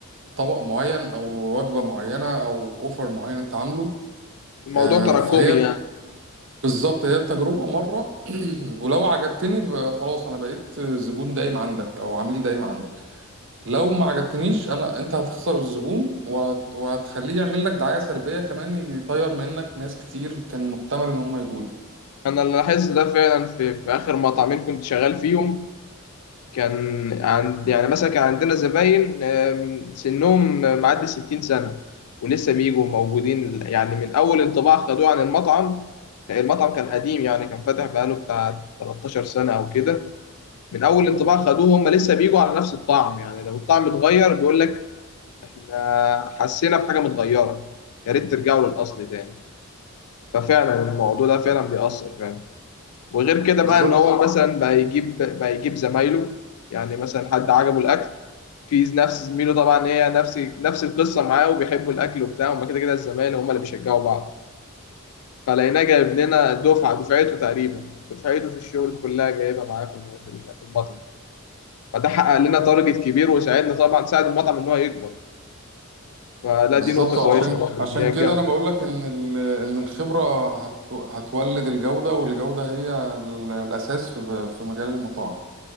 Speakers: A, on the right; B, on the left.
A: طبق معين او وجبة معينة او اوفر معين انت عامله
B: الموضوع
A: آه،
B: تراكمي
A: فهي
B: يعني
A: بالظبط هي التجربة مرة <clears throat> ولو عجبتني ب- خلاص أنا بقيت زبون دايم عندك أو عميل دايم عندك لو ما عجبتنيش أنا أنت هتخسر الزبون وهت... وهتخليه يعمل لك دعاية سلبية كمان يطير منك ناس كتير كان محتمل إن هم يجولك
B: انا اللي لاحظت ده فعلا في, في اخر مطعمين كنت شغال فيهم كان عند يعني مثلا كان عندنا زباين آم، سنهم معدي 60 سنه ولسه بيجوا موجودين يعني من اول انطباع خدوه عن المطعم المطعم كان قديم يعني كان فاتح بقاله بتاع 13 سنه او كده من اول انطباع خدوه هم لسه بيجوا على نفس الطعم يعني لو الطعم اتغير بيقول لك احنا حسينا بحاجه متغيره يا ريت ترجعوا للاصل تاني ففعلا الموضوع ده فعلا بيأثر فعلا وغير كده
A: بالظبط
B: بقى ان هو مثلا بقى يجيب بقى يجيب زمايله يعني مثلا حد عجبه الاكل في نفس زميله طبعا هي نفس نفس القصه معاه وبيحبوا الاكل وبتاع هما كده كده الزمايل هما اللي بيشجعوا بعض فلقيناه جايب لنا دفعه دفعته تقريبا دفعته في الشغل كلها جايبها معاه في في المطعم فده حقق لنا تارجت كبير وساعدنا طبعا ساعد المطعم ان هو يكبر فلا
A: بالظبط
B: دي نقطه
A: وعشان
B: كويسه برضه اللي
A: عشان
B: هي الجوده
A: كده أنا بقول لك إن ال... إن الخبرة هت... هتولد الجودة والجودة هي ال- الأساس في في مجال المطاعم